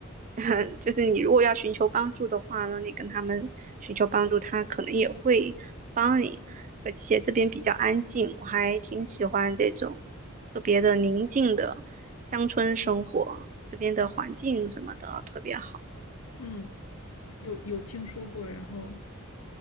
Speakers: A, on the right (about 35°); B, on the left (about 80°).
A: <laughs> 就是你如果要寻求帮助的话呢，你跟他们寻求帮助，他可能也会帮你。而且这边比较安静，我还挺喜欢这种特别的宁静的乡村生活，这边的环境什么的特别好。
B: 嗯，有有听说过，然后